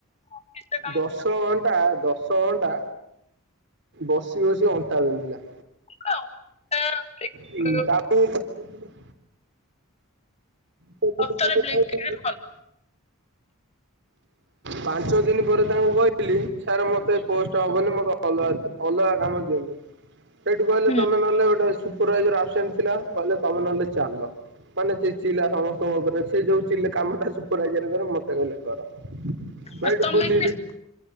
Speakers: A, on the left; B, on the right.
A: ଅଫିସରେ କାମ
B: ଦଶ ଶ ଘଣ୍ଟା ଦଶ ଘଣ୍ଟା, ବସି ବସି ଅଣ୍ଟା ବିନ୍ଧିଲା।
A: କରୁଥିଲ ଆଉ
B: ହଁ, ତାପ <unintelligible> <unintelligible>
A: ସତରେ ବ୍ଲିଙ୍କିଟ୍ ଭଲ
B: ପାଞ୍ଚ ଦିନ ପରେ ତାଙ୍କୁ କିଇଲି, ସାର୍ ମତେ ପୋଷ୍ଟ୍ ଷ୍ଟ ହବନି ମୋତେ ଅଲଗା ଅଲଗା କାମ ଦିଅନ୍ତୁ। ସେଇଠୁ କହିଲେ
A: ହୁଁ
B: ତମେ ନହେଲେ ଗୋଟେ ସୁପ୍ <unintelligible> ଆବସେଣ୍ଟ ଥିଲା କହିଲେ ନହେଲେ ଚାଲ ମାନେ କଲା ସମସ୍ତଙ୍କ ଉପରେ। ସେ ଯୋଉ ଚିଲ୍ କାମଟା ସୁପରାଇଜର କର ମତେ କହେଲେ କର। ଭାଈ ବାଇଠୁ
A: ଆଉ ତମେ
B: ବୁଲିଲି,
A: କି